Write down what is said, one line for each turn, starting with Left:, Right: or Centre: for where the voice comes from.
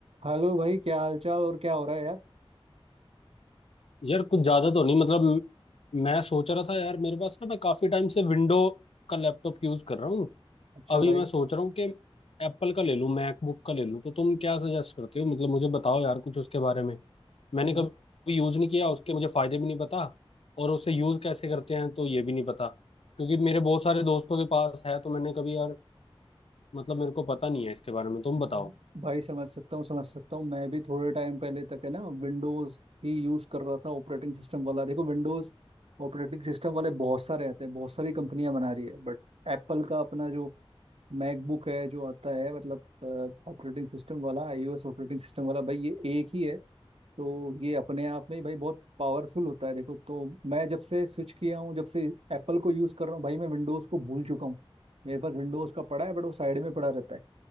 Right: Hello भाई क्या हालचाल और क्या हो रहा है यार
Left: यार कुछ ज्यादा तो नहीं मतलब म- मैं सोच रहा था यार मेरे पास ना मैं काफी टाइम से विंडो का लैपटॉप यूज कर रहा हूँ
Right: अच्छा
Left: अभी
Right: भाई
Left: मैं सोच रहा हूँ कि एप्पल का ले लूँ मैकबुक का ले लूँ तो तुम क्या सजेस्ट करते हो मतलब मुझे बताओ यार कुछ उसके बारे में मैंने
Right: व-
Left: कभी यूज नहीं किया उसके मुझे फायदे भी नहीं पता और उसे यूज कैसे करते हैं तो ये भी नहीं पता क्योंकि मेरे बहुत सारे दोस्तों के पास है तो मैंने कभी यार मतलब मेरे को पता नहीं है इसके बारे में तुम
Right: व-
Left: बताओ
Right: भाई समझ सकता हूँ समझ सकता हूँ मैं भी थोड़े टाइम पहले तक है ना विंडोज ही यूज कर रहा था ऑपरेटिंग सिस्टम वाला देखो विंडोज ऑपरेटिंग सिस्टम वाले बहुत सारे आते हैं बहुत सारी कंपनियां बना रही है बट एप्पल का अपना जो मैकबुक है जो आता है मतलब ऑपरेटिंग सिस्टम वाला आईओएस ऑपरेटिंग सिस्टम वाला भाई ये एक ही है तो ये अपने आप में ही भाई बहुत पावरफुल होता है देखो तो मैं जब से स्विच किया हूँ जब से एप्पल को यूज़ कर रहा हूँ भाई मैं विंडोज़ को भूल चुका हूँ मेरे पास विंडोज़ का पड़ा है बट वो साइड में पड़ा रहता है